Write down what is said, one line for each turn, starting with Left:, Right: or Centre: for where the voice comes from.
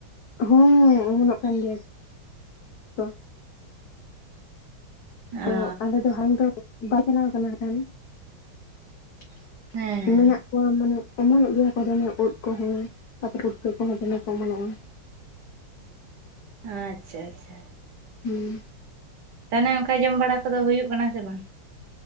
Left: ᱦᱩᱸ ᱚᱢᱚᱱᱚᱜ ᱠᱟᱱ ᱜᱮᱭᱟ᱾ ᱠᱚ
Right: ᱚ
Left: ᱛᱚ, ᱟᱞᱮ ᱫᱚ ᱦᱟᱝ ᱫᱚ ᱵᱟᱭ ᱪᱟᱞᱟᱣ ᱠᱟᱱᱟ ᱦᱟᱜᱠᱷᱟᱱ ᱾
Right: ᱦᱮᱸ ᱦᱮᱸ
Left: ᱢᱮᱱᱟᱜ ᱠᱚᱣᱟ ᱢᱟᱱᱮ ᱚᱢᱚᱱᱚᱜ ᱜᱮᱭᱟ ᱠᱚ ᱫᱚᱢᱮ ᱳᱫ ᱠᱚᱦᱚᱸ ᱛᱟᱯᱚᱨ ᱯᱩᱴᱠᱟᱹ ᱠᱚᱦᱚᱸ ᱫᱚᱢᱮ ᱠᱚ ᱚᱢᱚᱱᱚᱜᱼᱟ ᱾
Right: ᱟᱪᱪᱷᱟ ᱟᱪᱪᱷᱟ ᱟᱪᱪᱷᱟ ᱾
Left: ᱦᱩᱸ᱾
Right: ᱛᱟᱱᱮ ᱚᱝᱠᱟ ᱡᱚᱢ ᱵᱟᱲᱟ ᱠᱚᱫᱚ ᱦᱳᱭᱳᱜ ᱠᱟᱱᱟ ᱥᱮ ᱵᱟᱝ?